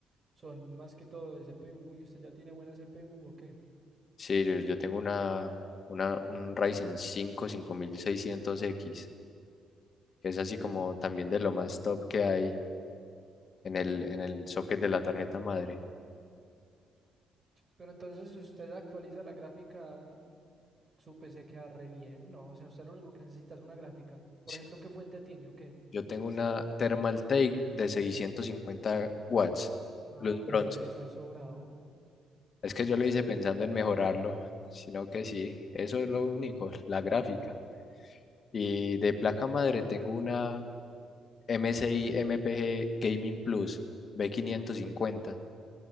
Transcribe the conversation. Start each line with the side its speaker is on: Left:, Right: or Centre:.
Right: son más que todo de CPU y usted ya tiene buena CPU o qué.
Left: Sí, yo, yo tengo una, una, un Ryzen 5 5600X, que es así como también de lo más top que hay en el, en el socket de la tarjeta madre.
Right: Pero entonces si usted actualiza la gráfica, su PC queda re bien, ¿no? O sea, usted lo único que necesita es una gráfica. Por
Left: Sí,
Right: ejemplo, ¿qué fuente tiene o qué?
Left: yo tengo una Thermaltake de 650 watts,
Right: Ah,
Left: luz
Right: no,
Left: bronce.
Right: lo que está es sobrado.
Left: Es que yo lo hice pensando en mejorarlo, sino que sí, eso es lo único, la gráfica. Y de placa madre tengo una MSI MPG Gaming Plus B550.